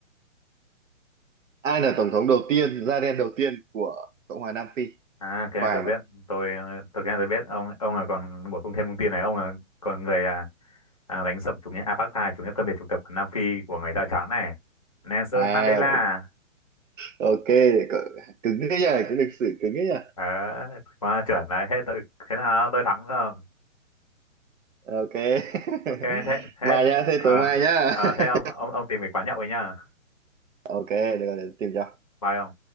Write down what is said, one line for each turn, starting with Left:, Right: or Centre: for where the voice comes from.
Right: ai là tổng thống đầu tiên da đen đầu tiên của Cộng hòa Nam Phi
Left: à cái
Right: khoai
Left: này tôi biết
Right: này
Left: tôi ờ, thực ra tôi biết ông ông là còn bổ sung thêm thông tin này ông là còn người à, à đánh sập chủ nghĩa apartheid chủ nghĩa phân biệt chủng tộc ở Nam Phi của người da trắng này Nelson
Right: à
Left: Mandela
Right: ok cỡ- cứng thế nhỉ cái lịch sử cứng thế nhỉ
Left: ờ mà chuẩn đấy thế tôi thế nào tôi thắng rồi
Right: ok <laughs>
Left: ok thế thế
Right: mai nhá thế
Left: ờ
Right: tối mai nhá
Left: ờ, thế ông
Right: <laughs>
Left: ông ông tìm cái quán nhậu ấy nhá
Right: ok được rồi để tìm cho
Left: bye ông